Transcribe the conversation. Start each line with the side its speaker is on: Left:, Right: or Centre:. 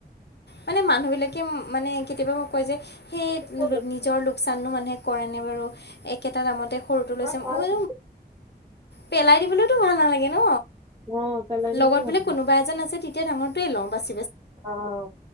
Left: মানে মানুহ বিলাকে মানে কেতিয়াবা মোক কয় যে সেই
Right: ওপৰত
Left: নিজৰ লোক লোকচাননো মানুহে কৰেনে বাৰু একেটা দামতে সৰুটো লৈছে
Right: আৰু তাৰ-
Left: মই পেলাই দিবলৈতো ভাল নালাগে ন
Right: অ' পেলাই দিবও
Left: লগত
Right: ভাল।
Left: বোলে কোনোবা এজন আছে এতিয়া ডাঙৰ টোৱে লং বাছ
Right: আহ